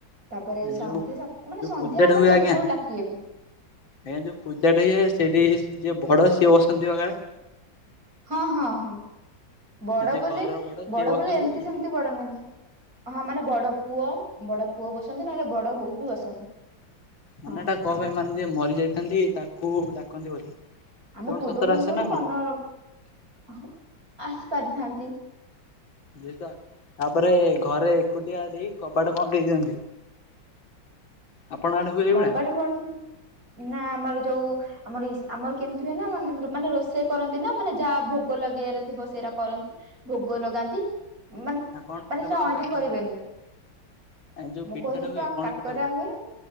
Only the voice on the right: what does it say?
ତାପରେ ସନ୍ଧ୍ୟା
ସା ମାନେ
ସନ୍ଧ୍ୟା
ଆପଣ
ଯେତେବେଳୁ
ଡାକିିବେ କି?
ହଁ ହଁ ହଁ ବଡ
ବୋଲି
ବଡ
ବୋଲି ଏମିତି ସେମିତି ବଡ ନୁହଁ ମା ହଁ ମାନେ ବଡ ପୁଅ ବଡ ପୁଅ ବସନ୍ତି ନହେଲେ ବଡ ବୋହୂ ବି ବସନ୍ତି। ହଁ।
ଆମ
ପୂର୍ବ
ପୁରୁଷଙ୍କୁ
ମନ ହଂ ଆସିପାରେ। ଥାନ୍ତି।
କବାଟ କଣ ନା ଆମର ଯୋଉ। ଆମର ଇ ଆମର କେମିତି ହୁଏ ନା ମାନେ ରୋଷେଇ କରନ୍ତି ନା ମାନେ ଯାହା ଭୋଗ ଲଗେଇବାରେ ଥିବ ସେଇରା କର ଭୋଗ ଲଗାନ୍ତି ମାନେ
ମାନେ ସେଟା ଅଇଁଠା
କରିବେନି।
ମୁଁ
କହିଲି
ପା
କାକରା
ହୁଏ।